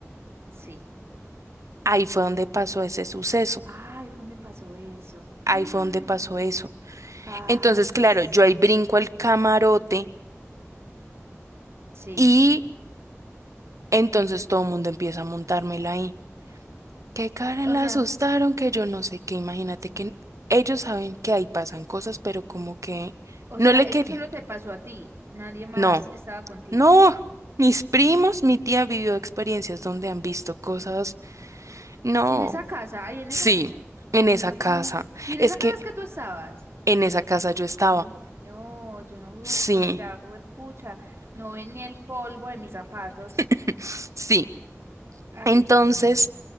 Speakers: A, on the right; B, on the right.
A: Sí.
B: ahí fue donde pasó ese suceso.
A: Ay, ¿fue donde pasó eso? <gasps> Ay,
B: Ahí fue donde pasó eso.
A: parce.
B: Entonces, claro, yo ahí brinco al camarote
A: Sí.
B: y entonces todo el mundo empieza a montármela ahí. Qué cara
A: O
B: la
A: sea.
B: asustaron, que yo no sé qué. Imagínate que ellos saben que ahí pasan cosas, pero como que
A: O
B: no
A: sea,
B: le
A: eso
B: querían.
A: solo te pasó a ti. Nadie más
B: No,
A: estaba contigo.
B: no. Mis primos, mi tía vivió experiencias donde han visto cosas. No,
A: En esa casa, ay, en
B: sí,
A: esa casa.
B: en
A: Ay,
B: esa
A: no.
B: casa.
A: ¿Y en
B: Es
A: esa casa
B: que
A: es que tú estabas?
B: en esa casa yo estaba.
A: Ay, Dios, yo no vivo
B: Sí,
A: por allá, hue- pucha. No ven ni el polvo de mis zapatos.
B: <laughs> sí.
A: Ay,
B: Entonces.
A: qué miedo.